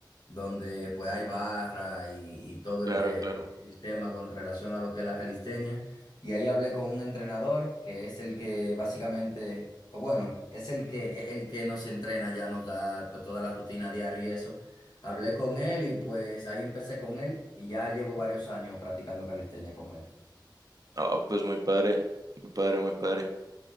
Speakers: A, on the left; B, on the right.
A: donde pues hay barra y, y todo
B: Claro,
A: el, eh,
B: claro.
A: el tema con relación a lo que es la calistenia. Y ahí hablé con un entrenador que es el que básicamente, o bueno, es el que, e, el que nos entrena, ya nos da pues toda la rutina diaria y eso. Hablé con él y pues ahí empecé con él y ya llevo varios años practicando calistenia con él.
B: Ah, pues muy padre, muy padre, muy padre.